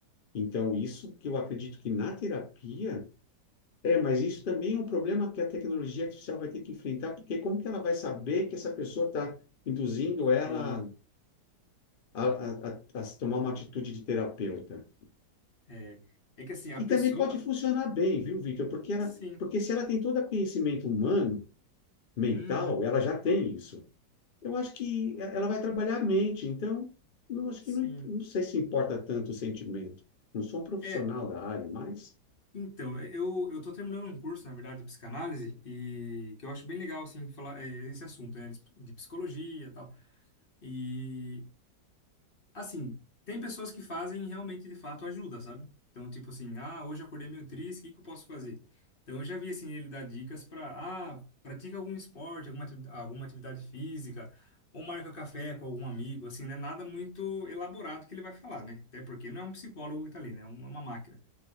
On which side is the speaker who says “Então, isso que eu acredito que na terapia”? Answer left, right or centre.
Left